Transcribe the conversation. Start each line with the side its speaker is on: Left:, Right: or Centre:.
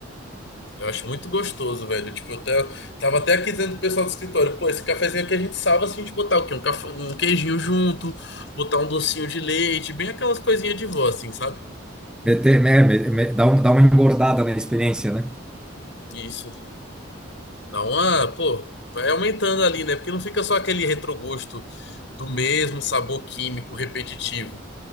Left: Eu acho muito gostoso, velho. Tipo, eu até- tava até aqui dizendo pro pessoal do escritório, pô, esse cafezinho aqui a gente salva se a gente botar o quê? Um, café, um queijinho junto, botar um docinho de leite, bem aquelas coisinhas de vó, assim, sabe?
Centre: Meter, né, me- me- dá, um- dá uma engordada na experiência, né?
Left: Isso. Dá uma, pô, vai aumentando ali, né? Porque não fica só aquele retrogosto do mesmo sabor químico repetitivo.